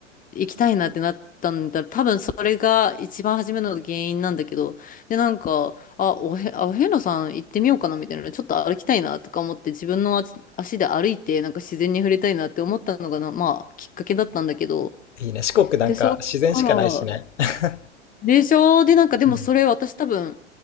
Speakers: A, on the left; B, on the left.
A: 行きたいなってなったんだ。多分それが一番初めの原因なんだけど。で、なんか、あ、おへ、あ、お遍路さん行ってみようかなみたいな。ちょっと歩きたいなとか思って自分の足足で歩いてなんか自然に触れたいなって思ったのがな、まあきっかけだったんだけど。
B: いいね。四国なんか自然しかないしね。
A: で、そっから、
B: <laughs>
A: でしょで、なんかでもそれ私多分
B: うん。